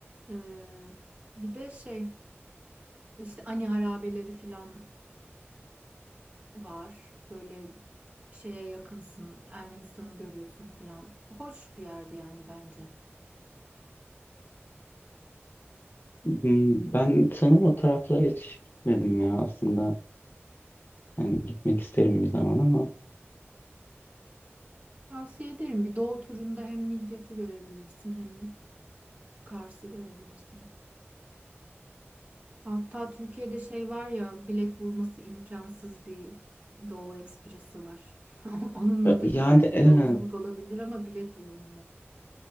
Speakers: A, on the right (about 35°); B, on the left (about 50°).
A: Ee, bir de şey işte Ani harabeleri filan var böyle şeye yakınsın Ermenistan'ı görüyorsun filan hoş bir yerdi yani bence.
B: Hmm, Ben sanırım o taraflara hiç gitmedim ya aslında. Yani gitmek isterim bir zaman ama
A: Tavsiye ederim bir doğu turunda hem Midyat'ı görebilirsin hem Kars'ı görebilirsin. Hatta Türkiye'de şey var ya bilet bulması imkansız bir Doğu Ekspresi var. <laughs> Onunla
B: Pe-
A: da
B: yani
A: güzel
B: evet,
A: bir yolculuk olabilir ama bilet bulunmuyor.